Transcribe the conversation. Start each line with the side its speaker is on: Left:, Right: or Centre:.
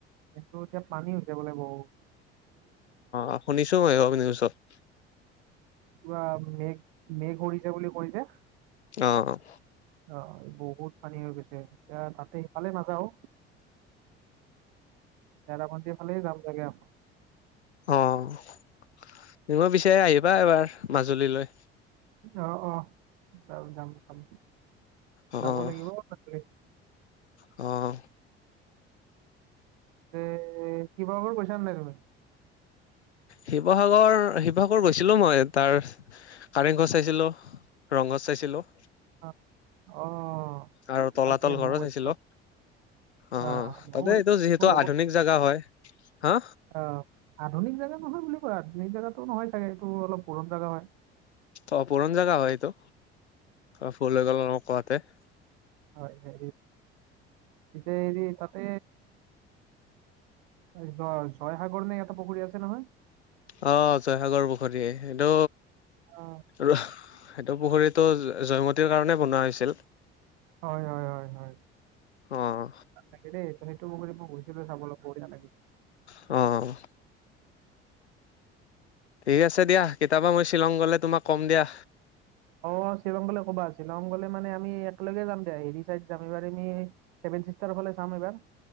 Right: সেটো এতিয়া পানী হৈছে বোলে বহোত।
Left: অ' শুনিছো। <unintelligible>
Right: কিবা <unintelligible> কৰিছে বুলি কৈছে।
Left: অ'।
Right: অ' বহুত পানী হৈ গৈছে এতিয়া তাতে ইফালে নাযাওঁ। চেৰাপুঞ্জী ফালেয়ে জাম চাগে আকৌ।
Left: অ' <unintelligible> পিছে আহিবা এবাৰ মাজুলীলৈ।
Right: অ', অ' যাম-যাম চাম
Left: অ'
Right: যাব লাগিব। <unintelligible>
Left: অ'।
Right: এ শিবসাগব় গৈছা নাই তুমি?
Left: শিবসাগব়-শিবসাগব় গৈছিলো মই তাৰ কাৰেংঘৰ চাইছিলো ৰংঘৰ চাইছিলো।
Right: অ'
Left: আৰু
Right: এই
Left: তলাতল
Right: ভাল লাগে
Left: ঘৰও
Right: ময়ো গৈছিলো
Left: চাইছিলো। অ'
Right: আহ ময়ো
Left: তাতে
Right: গৈছিলো
Left: এইটো যিহেতু
Right: মোৰ
Left: আধুনিক জেগা হয় হা
Right: অ' আধুনিক জেগা নহয় বুলি কয় আধুনিক জেগাতো নহয় চাগে এইটো অলপ পুৰণ জেগা হয়।
Left: অ' পুৰণ জেগা হয় এইটো অ' ভুল হৈ গল মোৰ কোৱাতে।
Right: হয় পিচে তাতে এই জয় জয়সাগৰ নে এটা পুখুৰী আছে নহয়।
Left: অ', জয়সাগৰ পুখুৰী এইটো
Right: অ
Left: সেইটো পুখুৰীতটো জয়মতীৰ কাৰণে বনোৱা হৈছিল।
Right: হয়-হয়-হয়-হয়।
Left: অ'
Right: লাগে দেই তুমটো <unintelligible> গৈছিলো চাব লয় বঢ়িয়া লাগিছিল।
Left: অ'। ঠিক আছে দিয়া কেতাবা মই শ্বিলং গ'লে তোমাক কম দিয়া।
Right: অ' শিলং গলে ক'বা শ্বিলং গলে মানে আমি একেলগে যাম দে হেৰি চাইদ যাম এইবাৰ আমি চেভেন চিষ্টাৰৰ ফালে চাম এবাৰ।